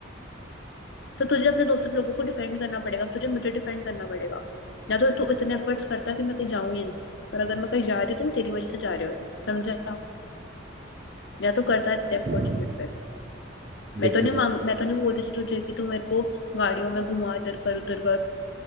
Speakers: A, on the left; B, on the right.
A: तो तुझे अपने दोस्तों लोगों को डिफेंड करना पड़ेगा तुझे मुझे डिफेंड करना पड़ेगा या तो तू इतने एफर्ट्स करता है कि मैं कहीं जाऊं ही ना पर अगर मैं कहीं जा रही हूँ तो वो तेरी वजह से जा रही हो समझा या तो करता है इतने एफर्ट्स
B: ना
A: मेरे पे मैं
B: देख
A: तो नहीं
B: मैं
A: मांग मैं तो नहीं बोल रही थी तुझे कि तू मेरे को गाड़ियों में घुमा इधर कर उधर कर